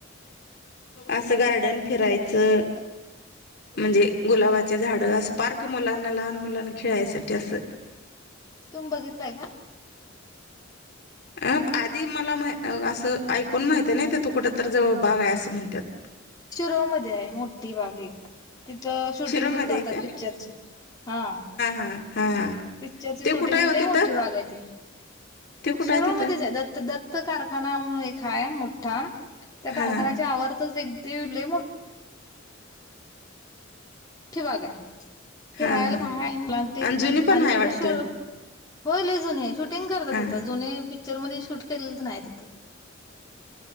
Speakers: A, on the left; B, on the left.
A: असं गार्डन फिरायचं. म्हणजे गुलाबाचे झाड असं पार्क मुलांना लहान मुलांना खेळायसाठी असं <inaudible>
B: तुम बघितलाय काय?
A: अप आधी मला म्हाय अ असं ऐकून माहिताय नई, तिथं कुठं तर जवळ बाग आय असं म्हणत्यात
B: शिरोळमध्ये आय मोठी बाग एक तिथं शूटिंग
A: शिरोमध्ये
B: पण करत्यात
A: काय
B: पिक्चरच हा
A: हा हा
B: पिक्चरची
A: ते
B: शूटिंग
A: कुठं आहे हो
B: लई
A: तिथं
B: मोठी बाग आय ती
A: ते कुठं
B: शिरोळमध्येच
A: आहे तिथं
B: आय दत्त दत्त कारखाना म्हणून एक हाय मोठा त्या
A: हा
B: कारखान्याच्या आवारातच एक <unintelligible> लई मो ठी बाग आय, खेळायला
A: हा हा
B: <unintelligible> मुलांते
A: आणि जुनी पण
B: आणि
A: आहे
B: तिथ
A: वाटतं
B: शि होय लई जुनी आय शूटिंग करता
A: हा
B: तिथं जुने पी चरमधे शूट केलेलं तेन आय तिथं